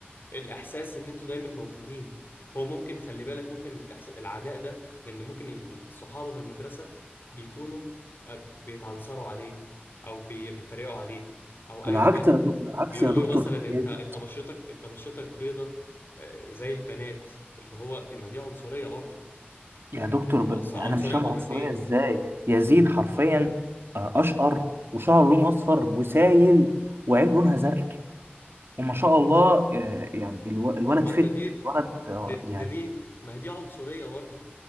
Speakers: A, on the left (about 60°); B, on the right (about 70°).
A: الإحساس إن أنتوا دايما موجودين هو ممكن خلي بالك ممكن الإحس... العداء ده لأن ممكن ي- صحابه في المدرسة بيكونوا آه، بيتعنصروا عليه أو بي... بيتريقوا عليه أو أيا
B: بالعكس
A: كان
B: يا
A: من
B: دك-
A: ال...
B: بالعكس
A: بيقولوا
B: يا دكتور
A: له مثلا أنت
B: هي- دي-
A: أنت بشرتك أنت بشرتك بيضة آه، زي البنات اللي هو دي ما دي عنصرية برضو
B: يا
A: يعني
B: دكتور ب...
A: أص- عنصرية
B: انا مش فاهم
A: مرتين
B: عنصريه ازاي يزيد حرفيا آه، اشقر وشعره لونه اصفر وسايل وعين لونها زرق وما شاء الله آه، يعني الو... الولد
A: طب ما
B: فت
A: انت دي
B: ولد آه،
A: دي
B: يعني
A: دي, دي ما هي دي عنصرية برضو